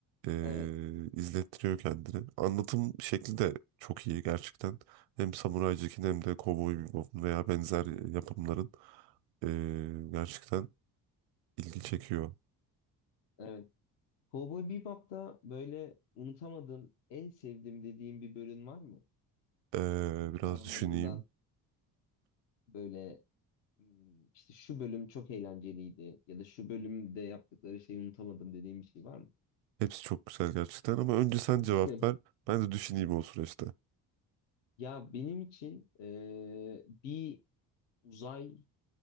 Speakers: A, on the right; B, on the left.
A: eee,
B: Evet.
A: izlettiriyor kendini. Anlatım şekli de çok iyi gerçekten. Hem Samurai Jack'in hem de Cowboy Bebop'un veya benzer yapımların eee, gerçekten ilgi çekiyor.
B: Evet. Cowboy Bebop'ta böyle unutamadığım, en sevdiğim dediğim bir bölüm var mı?
A: Eee, biraz
B: Aralarından
A: düşüneyim.
B: böyle hmm, işte şu bölüm çok eğlenceliydi ya da şu bölümde yaptıkları şeyi unutamadım dediğim bir şey var mı?
A: Hepsi çok güzel gerçekten ama önce sen
B: <laughs>
A: cevap ver. Ben de düşüneyim o süreçte.
B: Ya benim için eee, bir uzay